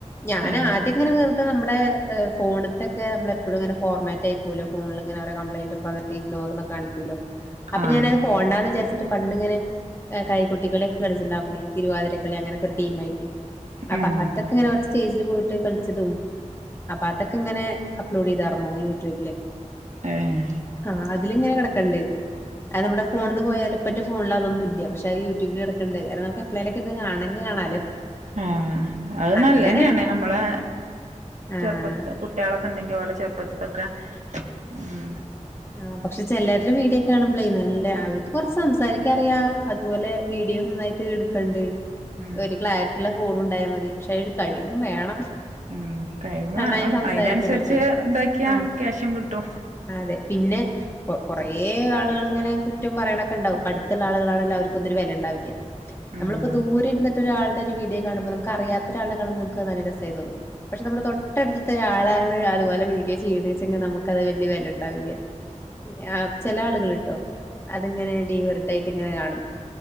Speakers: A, on the left; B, on the right.
A: ഞാൻ
B: ഏഹ്
A: ആദ്യം ഇങ്ങനെ വെറുതെ നമ്മുടെ ഫോണിത്തൊക്കെ നമ്മളെപ്പോഴും ഇങ്ങനെ ഫോർമാറ്റായി പോവൂലോ ഫോണിലിങ്ങനെ ഓരോ കംപ്ലയിൻറ് ഒക്കെന്നിട്ട് ഇഗ്നോർന്ന് കാണിക്കും അപ്പൊ
B: ആഹ്
A: ഞാനത് പോവണ്ടാന്ന് വിചാരിച്ചിട്ട് പണ്ടിങ്ങനെ കൈകൊട്ടികളി ഒക്കെ കളിച്ചിട്ടുണ്ടാവുന്നേ തിരുവാതിരക്കളി അങ്ങനൊക്കെ ഒരു ടീമായിട്ട് അപ്പൊ
B: ഉം
A: അതൊക്കെ ഇങ്ങനെവിടെ സ്റ്റേജില് പോയിട്ട് കളിച്ചതും അപ്പൊ അതൊക്കെ ഇങ്ങനെ അപ്‌ലോഡ് ചെയ്തായിരുന്നു യൂട്യൂബില്
B: ഏഹ്
A: ആ അതിലിങ്ങനെ കെടക്കണിണ്ട് അത് നമ്മുടെ ഫോണീന്ന് പോയാലും ഇപ്പ എന്റെ ഫോണില് അതൊന്നൂല്ലാ പക്ഷെ അത് യൂട്യൂബില് കിടക്കണ്ട് കാരണം നമ എപ്പളേലൊക്കെ <unintelligible> കാണെങ്കി കാണാലോ
B: ആ അത്
A: അങ്ങനെ
B: നല്ലതന്നെയാണ് നമ്മളെ
A: ആഹ്
B: ചെറുപ്പത്തി കുട്ടികളൊക്കെ ഒണ്ടെങ്കി ഓലെ ചെറുപ്പത്തിത്തൊക്കെ ഉം
A: ആ പക്ഷെ ചെലരുടെ വീഡിയൊ കാണുമ്പളേ നല്ല അവർക്ക് കൊറച്ച് സംസാരിക്ക ക്കറിയാ അതുപോലെ വീഡിയോ നന്നായിട്ട് എടുക്കണ്ട് <unintelligible>
B: ഉം
A: ക്ലാരിറ്റി മറ്റുള്ള ഫോണുണ്ടായാ മതി പക്ഷെ അതിനൊരു കഴിവും വേണം
B: ഉം കഴിവും
A: നന്നായി
B: വേണം
A: സംസാരിക്കണല്ലോ
B: അതിനനുസരിച്ച് ഇതാക്കിയാ
A: ആഹ്
B: ക്യാഷും കിട്ടും
A: അതെ പിന്നെ കൊ കൊറേ ആളുകളിങ്ങനെ കുറ്റം പറയണൊക്കെ ഇണ്ടാവും അടുത്തുള്ള ആളുകളാണെങ്കി അവർക്കൊന്നും ഒരു വെലേം ഇണ്ടാവില്ലാ
B: ഉം
A: നമ്മളിപ്പോ ദൂരേ ഇരന്നിട്ട് ഒരാളുടെ ഒരു വീഡിയോ കാണുമ്പോ നമുക്കറിയാത്ത ഒരാളുടെ കാണുമ്പോ നമുക്ക് നല്ല രസായി തോന്നും പക്ഷെ നമ്മുടെ തൊട്ടടുത്ത ഒരാളാണ് അതുപലെ വീഡിയോ ചെയ്യണേച്ചാ നമുക്ക് അത് വലിയ വെല ഇണ്ടാവില്ലാ ആഹ് ചെല ആളുകളിട്ടോ അതിങ്ങനെ ഡീവെറിട്ടായിട്ട് ഇങ്ങനെ കാണും